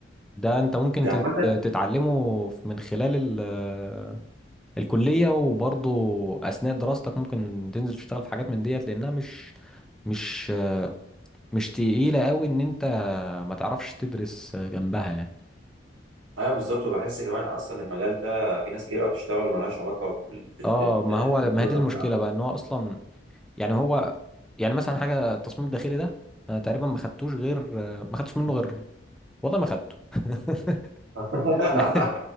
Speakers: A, in the centre; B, on the right.
A: ده انت ممكن
B: ده
A: تت-
B: عامة
A: تتعلمه في- من خلال ال- الكلية وبرضه أثناء دراستك ممكن تنزل تشتغل في حاجات من ديت لأنها مش مش مش تقيلة قوي ان انت ما تعرفش تدرس جنبها يعني
B: أيوه بالظبط وبحس كمان أصلا المجال ده في ناس كتير قوي بتشتغل وملهاش علاقة بال بال
A: اه
B: بال
A: ما هو
B: بالدراسة
A: ما هي دي المشكلة
B: بتاعتك
A: بقى ان هو اصلا يعني هو يعني مثلا حاجه التصميم الداخلي ده انا تقريبا ما خدتوش غير ما خدتش منه غير والله ما خدته <laughs>
B: <laughs>
A: يعني